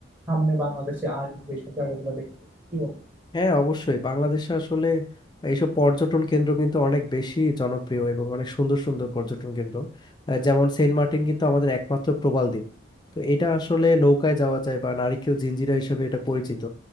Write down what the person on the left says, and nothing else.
হ্যাঁ অবশ্যই বাংলাদেশে আসলে এইসব পর্যটন কেন্দ্র কিন্তু অনেক বেশি জনপ্রিয় এবং অনেক সুন্দর সুন্দর পর্যটন কেন্দ্র আহ, যেমন সেন্ট মার্টিন কিন্তু আমাদের একমাত্র প্রবাল দ্বীপ তো এটা আসলে নৌকায় যাওয়া যায় বা নারিকেল জিঞ্জিরা হিসেবে এটা পরিচিত